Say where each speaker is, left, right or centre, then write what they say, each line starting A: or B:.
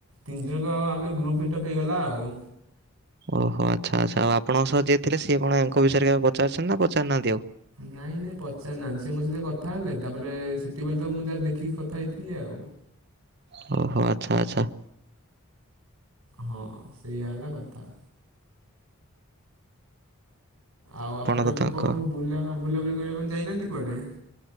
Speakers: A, on the right; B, on the right.
A: ତିନି ଜଣଙ୍କ ଆଉ ଆମେ ଗ୍ରୁପ୍ ମିଟଅପ୍ ହେଇଗଲା ଆଉ।
B: ଓହୋ ଆଚ୍ଛା ଆଚ୍ଛା ଆଉ ଆପଣଙ୍କ ସହ ଯିଏ ଥିଲେ ସିଏ ପୁଣି ୟାଙ୍କ ବିଷୟରେ କେବେ ପଚାରୁଛନ୍ତି ନା ପଚାରୁନାହାନ୍ତି ଆଉ।
A: ନାଇଁ ନାଇଁ ପଚାରି ନାହାନ୍ତି ସେ ମୋ ସହିତ କଥା ହେଲେ ତାପରେ ସେତିକବେଳେ ତ ମୁଁ ଯାହା ଦେଖିକି କଥା ହେଇଥିଲି ଆଉ।
B: ହଁ ହଁ ଆଚ୍ଛା ଆଚ୍ଛା।
A: ହଁ ସେଇଆ ହେଲା କଥା। ଆଉ ଆପଣ
B: ତ
A: ଏବେ
B: ତାଙ୍କ
A: କଣ ବୁଲା ବୁଲାବୁଲି କରିବା ପାଇଁ ଯାଇନାହାନ୍ତି କୁଆଡେ?